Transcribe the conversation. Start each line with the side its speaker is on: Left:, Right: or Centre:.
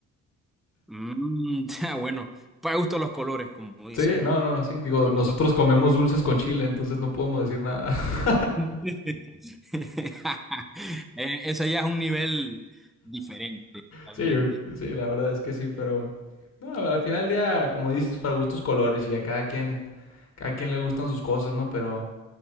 Centre: Mm, <laughs> ya, bueno, para gusto los colores, como dicen,
Left: Sí, no,
Centre: ¿no?
Left: no, no, sí. Digo,
Centre: Para
Left: nosotros
Centre: gusto.
Left: comemos dulces con chile, entonces no podemos decir nada. <laughs>
Centre: <laughs> Eh, Ese ya es un nivel diferente, realmente.
Left: Sí, yo- sí, la verdad es que sí, pero... No, al final del día, como dices, para gustos colores y a cada quien cada quien le gustan sus cosas, ¿no? Pero